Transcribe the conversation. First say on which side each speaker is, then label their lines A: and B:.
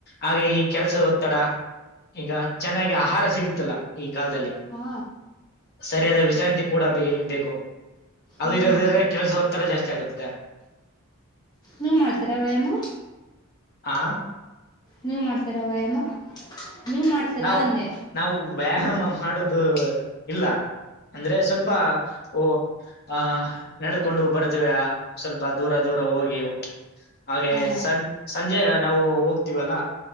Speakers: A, on the left; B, on the left.
A: ಹಾಗೆ ಈ ಕೆಲ್ಸದ ಒತ್ತಡ ಈಗ ಚೆನ್ನಾಗಿ ಆಹಾರ ಸಿಗುತ್ತಿಲ್ಲ ಈ ಕಾಲದಲ್ಲಿ <unintelligible>
B: ಹಾ
A: ಸರಿಯಾದ ವಿಶ್ರಾಂತಿ ಕೂಡ ಬ ಬೇಕು ಅದುಿರೋದ್ರ
B: ಹ್ಮ್
A: ಕೆಲಸ ಒತ್ತಡ ಜಾಸ್ತಿ ಆಗುತ್ತೆ.
B: ನೀವ್ ಮಾಡ್ತೀರಾ ವ್ಯಾಯಾಮ.
A: ಹಾ
B: ನೀವ್ ಮಾಡ್ತೀರ ವ್ಯಾಯಾಮ. ನೀವು ಮಾಡ್ತೀರಾ
A: ನಾವು
B: ಅಂದೆ.
A: ನಾವು ವ್ಯಾಯಾಮ ಮಾಡುದು ಇಲ್ಲ ಅಂದ್ರೆ ಸ್ವಲ್ಪ ಓ ಹ ನಡೆದುಕೊಂಡು ಬರ್ತೀವ ಸ್ವಲ್ಪ ದೂರ ದೂರ ಹೋಗಿ ಹಾಗೆ
B: ಹಾ
A: ಸಂ ಸಂಜೆ ನಾವು ಹೋಗ್ತೀವಲ್ಲ